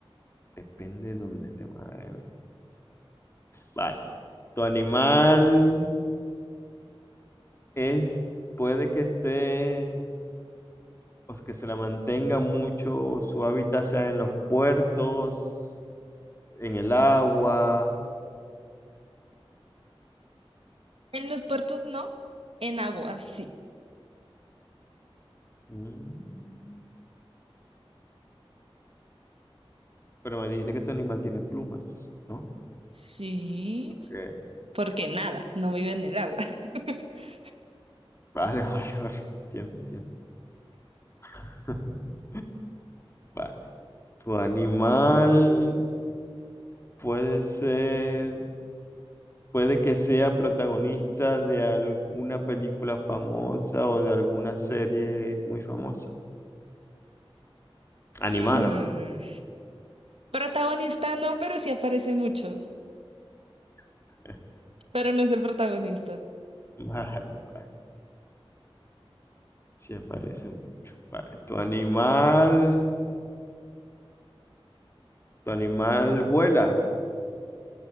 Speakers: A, on the left (about 25°); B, on the right (about 80°).
A: Depende de dónde esté, madre mía. Vale. ¿Tu animal es, puede que esté pues, que se la mantenga mucho, su hábitat sea en los puertos, en el agua.
B: En los puertos no, en agua sí.
A: Mm, Pero me dijiste que tu animal tiene plumas, ¿no?
B: Sí,
A: Ok.
B: porque nada, no vive en el agua. <laughs>
A: Vale, <laughs> vale, vale. Entiendo, entiendo. <laughs> Vale. Tu animal puede ser, puede que sea protagonista de alguna película famosa o de alguna serie muy famosa. Animada.
B: Hmm, Protagonista no, pero sí aparece mucho.
A: <laughs>
B: Pero no es el protagonista.
A: Vale, vale. Sí aparece mucho. Vale. Tu animal ¿Tu animal vuela?